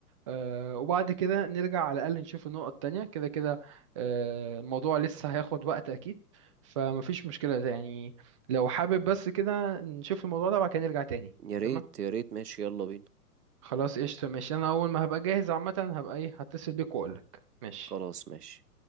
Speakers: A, on the right; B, on the right.
A: آه، وبعد كده نرجع على الأقل نشوف النقط التانية كده كده آه، الموضوع لسه هياخد وقت أكيد فمفيش مشكلة ده يعني لو حابب بس كده نشوف الموضوع ده بعد كده نرجع تاني
B: يا ريت
A: تمام
B: يا ريت ماشي يلا بينا
A: خلاص قشطة ماشي أنا أول ما هبقى جاهز عامة هبقى إيه هتصل بيك وأقولك ماشي
B: خلاص ماشي